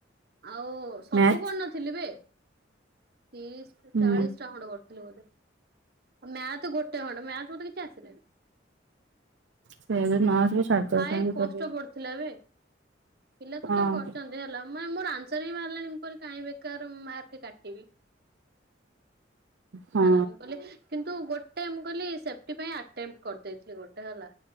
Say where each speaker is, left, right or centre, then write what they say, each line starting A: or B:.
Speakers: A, on the right; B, on the right.
A: ଆଉ ସବୁ
B: ମ୍ୟାଥ୍
A: କରିନଥିଲି ବେ? ତିରିଶ ରୁ
B: ହୁଁ
A: ଚାଳିଶ ଟା ଖଣ୍ଡେ କରିଥିଲି ବୋଧେ? ମ୍ୟାଥ୍ ଗୋଟେ ଖଣ୍ଡେ ମ୍ୟାଥ ମତେ କିଛି ଆସିଲାନି।
B: ସେ ନର୍ସ ବି ଛାଡିଦବ
A: ଭାଇ
B: କାହିଁକି
A: କଷ୍ଟ
B: କରିବୁ
A: ପଡୁଥିଲା ବେ? ପିଲା ତଥାପି
B: ହଁ
A: କରିଚନ୍ତି ହେଲା। ମୋର ଆନ୍ସର ହିଁ ବାହାରିଲାନି। ମୁଁ କହିଲି କାହିଁ ବେକାରେ ମାର୍କ କାଟିବି।
B: ହଁ
A: ହେଲା ମୁଁ କହିଲି କିନ୍ତୁ ଗୋଟେ ମୁଁ କହିଲି ସେଫଟି ପାଇଁ ଆଟେଣ୍ଡ କରିଦେଇଥିବି ଗୋଟେ ହେଲା।